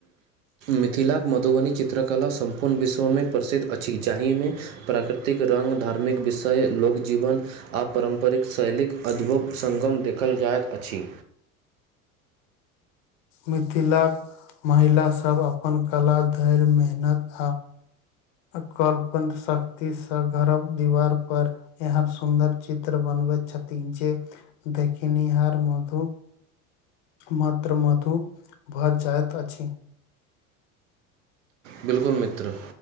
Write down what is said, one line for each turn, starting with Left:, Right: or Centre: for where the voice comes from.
Right: मिथिलाक मधुबनी चित्रकला सम्पूर्ण विश्वमे प्रसिद्ध अछि जाहिमे प्राकृतिक रंग धार्मिक विषय लोकजीवन आ पारम्परिक शैलीक अद्भुत सं गम देखल जाइत अछि
Left: मिथिलाक महिला सब अपन कला धैर्य मेहनत आ अ कलपदं शक्ति सँ घरब दीवार पर यहाँ सुन्दर चित्र बन बनबैत छथिन जे देखिनिहार मधु मत्र मधु भ जायत अछि
Right: बिलकुल मित्र